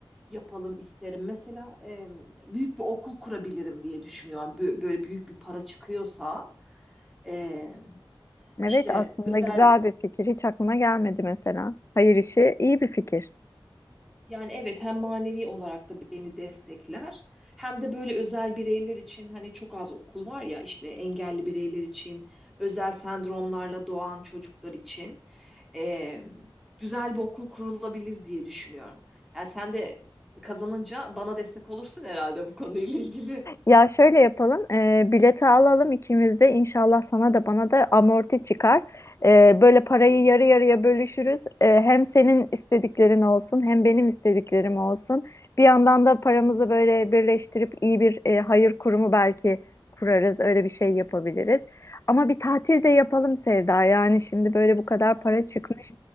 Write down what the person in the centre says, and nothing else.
yapalım isterim. Mesela e, büyük bir okul kurabilirim diye düşünüyorum. Bö- Böyle büyük bir para çıkıyorsa e,
işte
özel
Yani evet hem manevi olarak da beni destekler hem de böyle özel bireyler için hani çok az okul var ya işte engelli bireyler için özel sendromlarla doğan çocuklar için eee, güzel bir okul kurulabilir diye düşünüyorum. Yani sen de kazanınca bana destek olursun herhalde bu konuyla ilgili.
Ay.